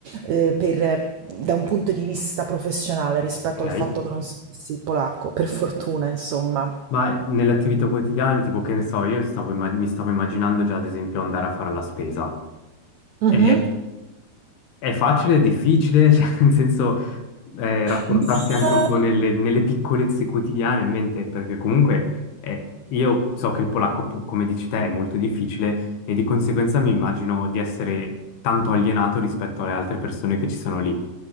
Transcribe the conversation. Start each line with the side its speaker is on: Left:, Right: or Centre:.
Right: eh, per- da un punto di vista professionale rispetto
Left: Ok.
Right: al fatto che non sapessi il polacco, per fortuna insomma.
Left: Ma nelle attività quotidiane, tipo che ne so, io stavo imma- mi stavo immaginando già ad esempio andare a fare la spesa.
Right: Mhm.
Left: È, è facile, è difficile, <laughs> cioè, nel senso eh, rapportarsi
Right: Ma-
Left: anche un po' nelle, nelle piccolezze quotidiane in mente, perché comunque eh, io so che il polacco, pu- come dici te, è molto difficile e di conseguenza mi immagino di essere tanto alienato rispetto alle altre persone che ci sono lì.